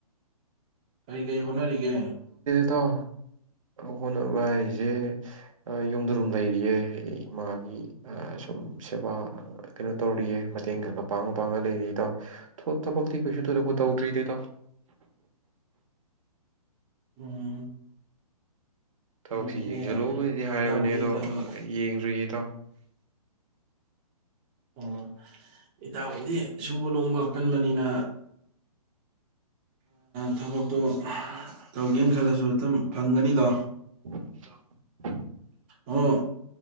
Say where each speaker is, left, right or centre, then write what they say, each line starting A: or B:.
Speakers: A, on the right; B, on the right.
A: ꯀꯔꯤ ꯀꯔꯤ ꯍꯣꯠꯅꯔꯤꯒꯦ
B: ꯏꯇꯥꯎ ꯍꯣꯠꯅꯕ ꯍꯥꯏꯖꯦ ꯌꯨꯝꯗ ꯗꯨꯝ ꯂꯩꯔꯤꯌꯦ꯫ ꯏꯃꯥꯒꯤ ꯁꯨꯝ ꯁꯦꯕꯥ ꯀꯩꯅꯣ ꯇꯧꯔꯤꯌꯦ ꯃꯇꯦꯡ ꯈꯔ ꯈꯔ ꯄꯥꯡꯉ ꯄꯥꯡꯉ ꯂꯩꯔꯤꯌꯦ ꯏꯇꯥꯎ꯫ ꯊꯕꯛꯇꯤ ꯀꯩꯁꯨ ꯊꯣꯏꯗꯣꯛꯄ ꯇꯧꯗ꯭ꯔꯤꯗ ꯏꯇꯥꯎ꯫
A: ꯎꯝ
B: ꯊꯕꯛꯁꯤ
A: ꯑꯗꯨꯕꯨꯗꯤ
B: ꯌꯦꯡꯖꯜꯂꯨꯕꯨꯗꯤ ꯍꯥꯏꯔꯕꯅꯦ
A: ꯏꯇꯥꯎꯕꯨꯗꯤ
B: ꯑꯗꯣ
A: ꯊꯕꯛ
B: ꯌꯦꯡꯗ꯭ꯔꯤꯌꯦ ꯏꯇꯥꯎ <inaudible>
A: ꯑꯣ ꯢꯇꯥꯎꯕꯨꯗꯤ ꯁꯨꯕ ꯅꯣꯝꯕ ꯀꯟꯕꯅꯤꯅ ꯊꯕꯛꯇꯣ ꯇꯧꯒꯦꯅ ꯈꯜꯂꯁꯨ ꯑꯗꯨꯝ ꯐꯪꯒꯅꯤꯗꯣ
B: <inaudible>
A: ꯑꯣ